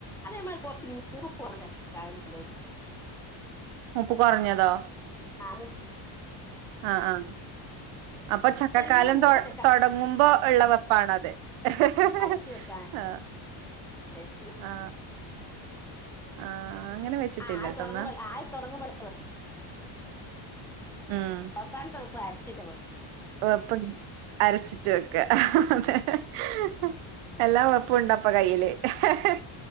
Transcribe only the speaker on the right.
മൂപ്പ് കുറഞ്ഞതോ
ആഹ് ആഹ് അപ്പൊ ചക്കക്കാലം
തൊട്ങ്ങ്
തൊടങ്ങുമ്പോ ഉള്ളവെപ്പാണത് ഹ്‌ഹ്ഹ്ആ
ആ ആ അങ്ങനെ വെച്ചിട്ടില്ലട്ടോന്നാ
ഉം
വെപ്പ് അരച്ചിട്ട് വെക്കാ ഹഹഹ ഹഹഎല്ലാ വെപ്പുണ്ട്. അപ്പ കയ്യില് ഹഹ